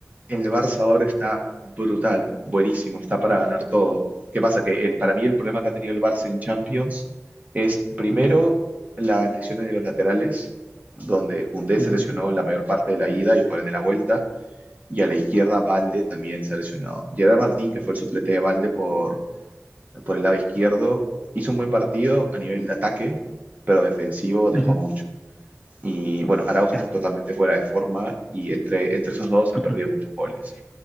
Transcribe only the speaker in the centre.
Ujú,
ujú,
ujú,
Claro.
ujú,